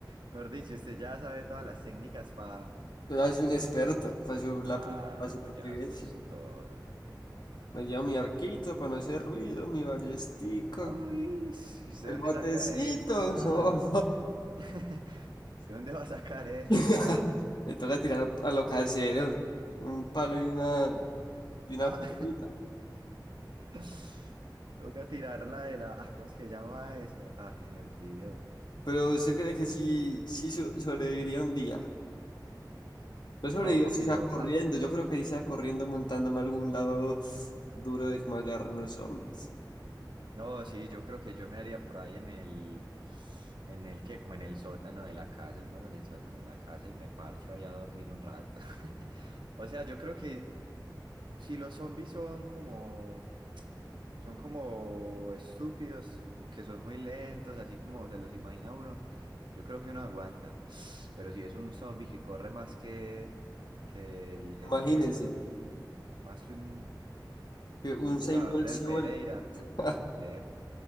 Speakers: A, on the right; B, on the left.
A: Mejor dicho, usted ya sabe todas las técnicas para...
B: Yo ya soy un experto para
A: Ah,
B: la para
A: no,
B: supervivencia.
A: ya sos todo.
B: Me llevo mi arquito para no hacer ruido, mi ballestica,
A: Ay, sí, ¿usted
B: el
A: dónde
B: botecito,
A: saca eso, mano?
B: no.
A: <laughs> ¿Usted dónde va a sacar eso,
B: <laughs>
A: mano?
B: Le toca tirar a lo casero, un palo y una, y una
A: Ah,
B: cuerdita.
A: <laughs> toca tirarla de la... ah, ¿cómo es que llama eso? Ah, se me olvidó.
B: Pero ¿usted cree que sí, sí so- sobreviviría un día? Yo sobrevivo
A: No, papi,
B: si sea
A: yo,
B: corriendo,
A: ja,
B: yo creo que si sea corriendo montándome a algún lado duro de que me agarren los zombies.
A: No, sí, yo creo que yo me haría por ahí en el, en el que, como en el sótano de la casa, yo me hago en el sótano de la casa y me parcho ahí a dormir un rato. <laughs> O sea, yo creo que si los zombies son como, son como estúpidos, como que son muy lentos, así como se los imagina uno, yo creo que uno aguanta. Pero si es un zombie que corre más que, que el, el
B: Imagínense
A: que el, más que un,
B: Que un
A: que un
B: Usain
A: jugador
B: Bolt
A: del
B: se
A: Pereira.
B: vuelva <laughs>
A: mm, complejo.